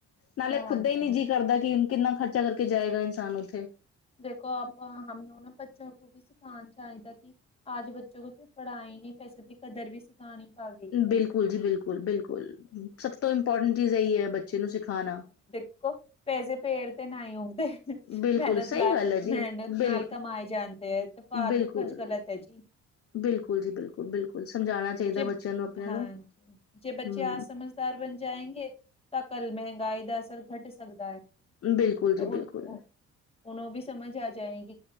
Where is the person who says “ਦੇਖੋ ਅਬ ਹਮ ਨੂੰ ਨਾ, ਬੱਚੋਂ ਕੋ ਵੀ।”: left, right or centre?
Left